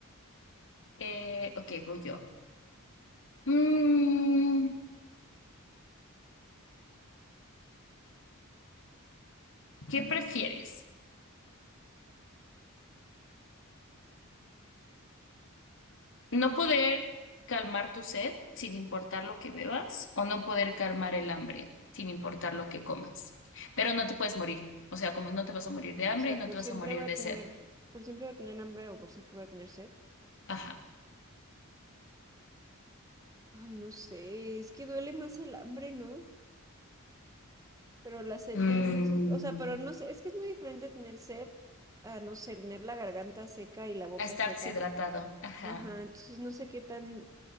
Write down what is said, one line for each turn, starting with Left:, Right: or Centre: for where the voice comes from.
Left: Eh, ok, voy yo. Mm, ¿qué prefieres? ¿No poder calmar tu sed sin importar lo que bebas o no poder calmar el hambre sin importar lo que comas? Pero no te puedes morir. O sea, como no te vas a morir de hambre
Right: O sea,
Left: y no
Right: por
Left: te vas
Right: siempre
Left: a morir
Right: voy a
Left: de
Right: tener,
Left: sed.
Right: por siempre voy a tener hambre o por siempre voy a tener sed.
Left: Ajá.
Right: Ay, no sé, es que duele más el hambre, ¿no? Pero la sed
Left: Mm,
Right: también es, o sea, pero no sé, es que es muy diferente tener sed a, no sé, tener la garganta seca y la boca
Left: a estar
Right: seca.
Left: deshidratado. Ajá.
Right: Ajá, entonces no sé qué tan,